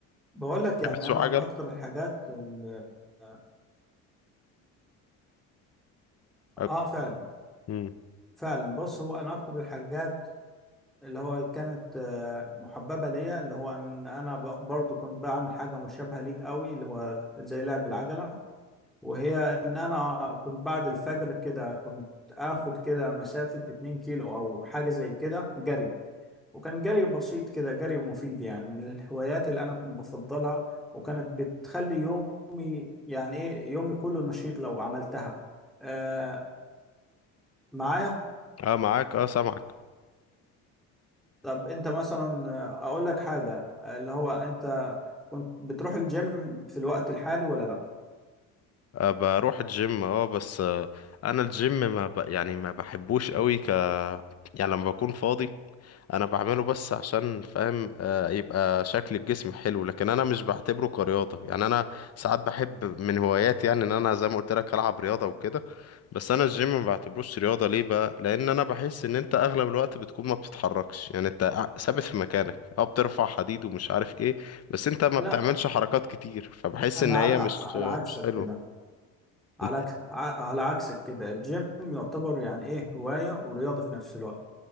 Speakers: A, in the centre; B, on the left (about 45°).
A: بقول لك يعني
B: تحب تسوق
A: انا
B: عجل؟
A: اكتر الحاجات ال- اه
B: أب-
A: آه، فعلا
B: مم.
A: فعلا بص هو انا اكتر الحاجات اللي هو اللي كانت آه، محببة ليا اللي هو ان انا ب- برضو كنت بعمل حاجة مشابهة ليك قوي اللي هو زي لعب العجلة وهي ان انا كنت بعد الفجر كده كنت اخد كده مسافة 2 كيلو او حاجة زي كده جري وكان جري بسيط كده جري مفيد يعني من الهوايات اللي انا كنت بفضلها وكانت بتخلي يومي يعني ايه يومي كله نشيط لو عملتها آه معايا
B: اه معاك اه سامعك
A: طب انت مثلا آه، اقول لك حاجة اللي هو انت كنت بتروح الجيم في الوقت الحالي ولا لا
B: آه بروح الجيم اه بس آه انا الجيم ما ب... يعني ما بحبوش قوي ك يعني لما بكون فاضي انا بعمله بس عشان فاهم آه، يبقى شكل الجسم حلو لكن انا مش بعتبره كرياضة يعني انا ساعات بحب من هواياتي يعني ان انا زي ما قلت لك العب رياضة وكده بس انا الجيم ما بعتبروش رياضة ليه بقى لان انا بحس ان انت اغلب الوقت بتكون ما بتتحركش يعني انت قاع- ثابت في مكانك او بترفع حديد ومش عارف ايه بس انت ما
A: لا
B: بتعملش حركات كتير فبحس
A: انا
B: ان هي
A: على
B: مش
A: على
B: مش
A: عكسك
B: حلوة
A: كده على
B: انت
A: عكس ع- على عكسك كده الجيم يعتبر يعني ايه هواية ورياضة في نفس الوقت